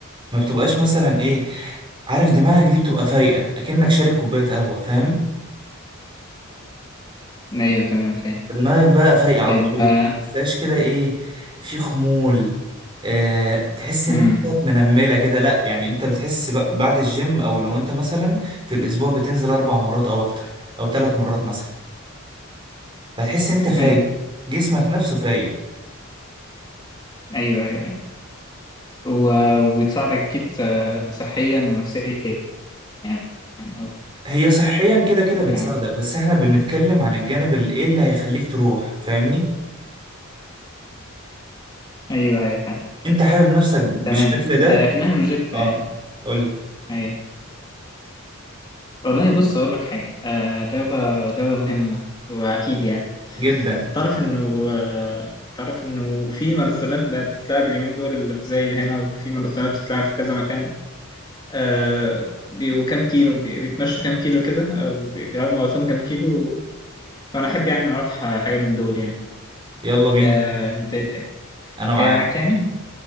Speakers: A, on the right (about 25°); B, on the left (about 20°).
A: ما بتبقاش مثلا إيه عارف دماغك دي بتبقى فايقة أكنك شارب كوباية قهوة فاهم
B: ايوه تمام فاهم
A: دماغك بقى فايقة على
B: طيب
A: طول
B: آه،
A: ما بتحسهاش كده إيه في خمول أه تحس إن
B: امم
A: أنت بقت منملة كده لأ يعني أنت بتحس بق- بعد الجيم أو لو أنت مثلا في الأسبوع بتنزل أربع مرات أو أكتر أو ثلاث مرات مثلا فتحس إن أنت فايق
B: ايوه
A: جسمك نفسه فايق
B: ايوه ايوه و- وبتساعدك أكيد س- صحيا ونفسيا يعني يعني قصدي
A: هي صحيا كده كده بتساعدك
B: يعني
A: بس احنا بنتكلم عن الجانب اللي ايه اللي هيخليك تروح فاهمني
B: أيوه أيوه فاهم
A: انت حابب نفسك بالشكل
B: تمام
A: ده
B: آه كأنها روجيتا
A: اه
B: يعني
A: قولي
B: أيوه والله بص أقول لك حاجة آه الرياضة رياضة مهمة وأكيد يعني
A: جدا
B: تعرف إنه آه تعرف إنه في ماراثونات بقت تتلعب اليومين دول في زايد هنا وفي ماراثونات بتتلعب في كذا مكان آه بيبقوا كام كيلو بي- بيتمشوا كام كيلو كده أو بي- بيلعبوا ماراثون كام كيلو وأنا أحب يعني أروح حاجة من دول يعني
A: يلا بينا
B: انت انت
A: انا معاك
B: جاي معاك يعني